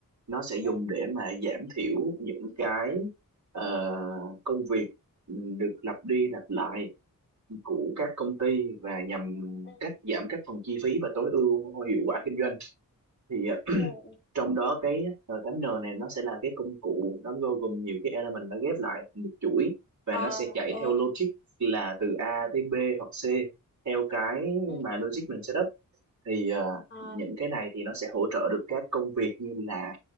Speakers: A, on the right; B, on the left.
A: nó sẽ dùng
B: ừ,
A: để mà giảm thiểu những cái ờ, công việc được lặp đi lặp lại của các công ty và nhằm
B: ừ,
A: cắt giảm các phần chi phí và tối ưu hiệu quả kinh doanh. thì ờ,
B: ừ. ừ.
A: trong đó cái R8N này nó sẽ là cái công cụ nó bao gồm nhiều cái element nó ghép lại thành một chuỗi và
B: Ờ,
A: nó sẽ chạy
B: ừ,
A: theo logic là từ A tới B hoặc C theo cái
B: ừ,
A: mà logic mình setup thì ờ,
B: ờ,
A: những cái này thì nó sẽ hỗ trợ được các công việc như là